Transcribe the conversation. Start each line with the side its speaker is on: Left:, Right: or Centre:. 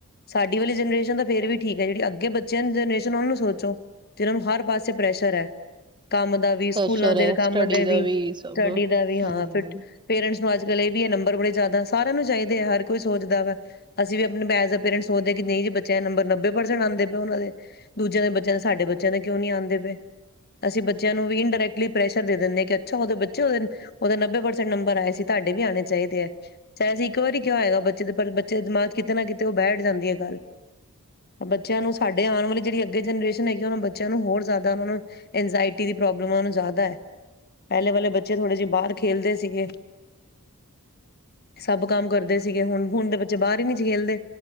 Left: ਸਾਡੀ ਵਾਲੀ ਜਨਰੇਸ਼ਨ ਤਾਂ ਫੇਰ ਵੀ ਠੀਕ ਐ। ਜਿਹੜੀ ਅੱਗੇ ਬੱਚਿਆਂ ਦੀ ਜਨਰੇਸ਼ਨ ਉਹਨ ਨੂੰ ਸੋਚੋ, ਜਿਨਾਂ ਨੂੰ ਹਰ ਪਾਸੇ ਪ੍ਰੈਸ਼ਰ ਐ। ਕੰਮ ਦਾ ਵੀ, ਸਕੂਲਾਂ
Right: ਪ੍ਰੈਸ਼ਰ
Left: ਦੇ
Right: ਹੈ
Left: ਕੰਮ
Right: ਸਟੱਡੀ
Left: ਦੇ
Right: ਦਾ
Left: ਵੀ, ਸਟੱਡੀ
Right: ਸਭ
Left: ਦਾ ਵੀ ਹਾਂ
Right: ਹਮ
Left: ਫੇਰ ਪੇਰੈਂਟਸ ਨੂੰ ਅੱਜ ਕੱਲ ਇਹ ਵੀ ਏ ਨੰਬਰ ਬਬਰ ਬੜੇ ਜ਼ਿਆਦਾ ਸਾਰਿਆਂ ਨੂੰ ਚਾਹੀਦੇ ਆ ਹਰ ਕੋਈ ਸੋਚਦਾ ਵਾ। ਅਸੀ ਵੀ <unintelligible> ਅ ਪੇਰੈਂਟਸ ਸੋਚਦੇ ਹਾਂ ਕਿ ਨਈ ਜੀ ਬੱਚਿਆਂ ਨੰਬਰ ਨੱਬੇ ਪਰਸੈਂਟ ਆਂਦੇ ਪਏ ਉਹਨਾਂ ਦੇ, ਦੂਜਿਆਂ ਦੇ ਬੱਚਿਆਂ ਦੇ ਸਾਡੇ ਬੱਚਿਆਂ ਦੇ ਕਿਉਂ ਨਈ ਆਂਦੇ ਪਏ। ਅਸੀਂ ਬੱਚਿਆਂ ਨੂੰ ਵੀ ਇਨ ਡਾਇਰੈਕਟਲੀ ਪ੍ਰੈਸ਼ਰ ਦੇ ਦਿੰਦੇ ਅ। ਕਿ ਅੱਛਾ ਉਹਦੇ ਬੱਚੇ ਉਹਦੇ ਨੱਬੇ ਪ੍ਰਸੈਂਟ ਨੰਬਰ ਆਏ ਸੀ ਟਾਡੇ ਵੀ ਆਨੇ ਚਾਹੀਦੇ ਏ। ਚਾਹੇ ਅਸੀਂ ਇੱਕ ਵਾਰੀ ਕਿਆ ਹੋਏਗਾ ਬੱਚੇ ਦੇ ਪਰ ਬੱਚੇ ਦੇ ਦਿਮਾਗ ਕਿਤੇ ਨਾ ਕਿਤੇ ਉਹ ਬੈਠ ਜਾਂਦੀ ਏ ਗੱਲ, ਬੱਚਿਆਂ ਨੂੰ ਸਾਡੇ ਆਣ ਵਾਲੀ ਜਿਹੜੀ ਅੱਗੇ ਜਨਰੇਸ਼ਨ ਹੈਗੀ ਉਹਨਾਂ ਬੱਚਿਆਂ ਨੂੰ ਹੋਰ ਜ਼ਿਆਦਾ ਉਹ ਨੂੰ ਇੰਜਾਇਟੀ ਦੀ ਪ੍ਰੋਬਲਮਾਂ ਨੂੰ ਜ਼ਿਆਦਾ ਏ। ਪਹਿਲੇ ਵਾਲੇ ਬੱਚੇ ਥੋੜੇ ਜਿਹੇ ਬਾਰ ਖੇਲਦੇ ਸੀਗੇ। ਸਭ ਕੰਮ ਕਰਦੇ ਸੀਗੇ ਹੁਨ, ਹੁਨ ਦੇ ਬੱਚੇ ਬਾਹਰ ਈ ਨੀ ਜ ਖੇਲਦੇ।